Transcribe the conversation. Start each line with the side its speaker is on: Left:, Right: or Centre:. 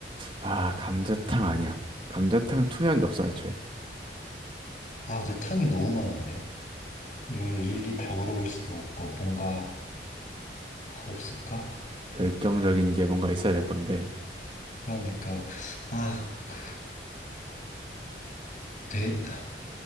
Right: 아, 감자탕 아니야. 감자탕 투명한 게 없어, 애초에.
Left: 아, 근데 탕이 너무 많은데? 이걸 일일이 다 물어볼 수도 없고, 뭔가 없을까?
Right: 결정적인 게 뭔가 있어야 될 건데.
Left: 그러니까, 아, 그 돼,